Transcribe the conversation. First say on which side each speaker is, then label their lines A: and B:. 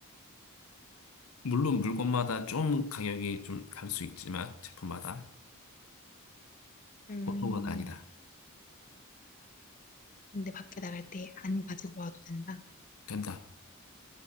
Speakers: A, on the left; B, on the left.
A: 물론 물건마다 좀 가격이 좀 다를 수 있지만 제품마다
B: 음,
A: 보통은 아니다.
B: 근데 밖에 나갈 때 안 가지고 와도 된다.
A: 된다.